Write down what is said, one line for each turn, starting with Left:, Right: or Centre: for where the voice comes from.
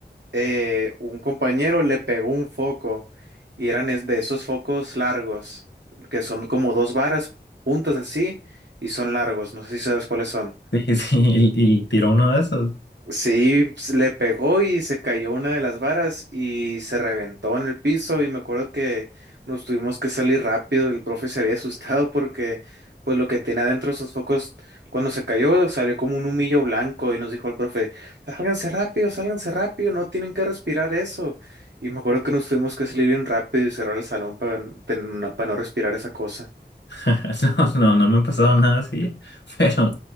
Right: eh, un compañero le pegó un foco, y eran es- de esos focos largos, que son como dos varas juntas así, y son largos, no sé si sabes cuáles son.
Left: Sí, <laughs> sí, y, y tiró uno de esos.
Right: Sí, se le pegó y se cayó una de las varas y se reventó en el piso y me acuerdo que nos tuvimos que salir rápido, el profe se había asustado porque pues lo que tenía adentro esos focos cuando se cayó salió como un humillo blanco y nos dijo el profe, sálganse rápido, sálganse rápido, no tienen que respirar eso. Y me acuerdo que nos tuvimos que salir bien rápido y cerrar el salón para, para no respirar esa cosa.
Left: <laughs> No, no, no me ha pasado nada así, <laughs> pero,